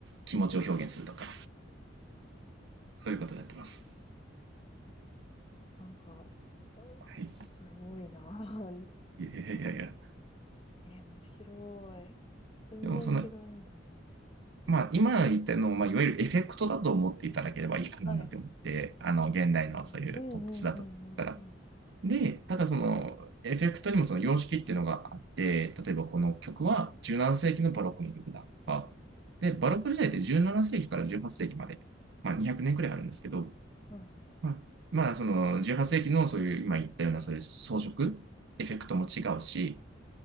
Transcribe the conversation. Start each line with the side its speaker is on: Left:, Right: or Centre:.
Right: 気持ちを表現するとか、そういうことをやってます。
Left: なんか、
Right: はい。
Left: すごいな。<laughs>
Right: いやいやいや。
Left: 結構、えー、面白い。全然違うんだね。
Right: でもその、まあ、今言ったのを、まあ、いわゆるエフェクトだと思っていただければいいかななんて思って、
Left: はい。
Right: あの、現代のそういうポップスだとしたら、
Left: うん、うんうんうんうんうん。
Right: で、ただそのエフェクトにもその様式っていうのがあって、例えばこの曲は17世紀のバロックの曲だとか、で、バロック時代って17世紀から18世紀まで、まあ200年くねんくらいあるんですけど、
Left: は
Right: まあ、まあその18世紀のそういう今言ったようなそういう装飾、エフェクトも違うし、